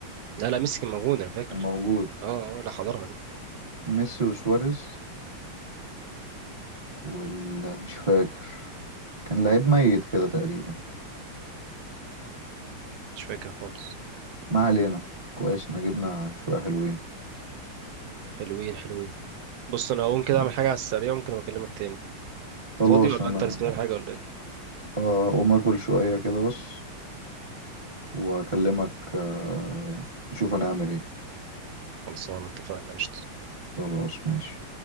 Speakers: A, on the right (about 75°); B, on the right (about 45°).
A: لا لا ميسي كان موجود انا فاكر
B: كان موجود
A: اه اه لا حضرها دي
B: ميسي وسواريز وال مش فاكر كان لعيب ميت كده تقريبا
A: مش فاكر خالص
B: ما علينا كويس احنا جبنا شوية حلوين
A: حلوين حلوين بص انا هقوم كده
B: ماشي
A: اعمل حاجة على السريع ممكن أبقى اكلمك تاني انت
B: خلاص
A: فاضي ولا
B: انا
A: انت لسه بتعمل حاجة ولا ايه
B: آه، هقوم اكل شوية كده بس واكلمك آه، نشوف هنعمل ايه
A: خلصانة اتفقنا قشطة
B: خلاص ماشي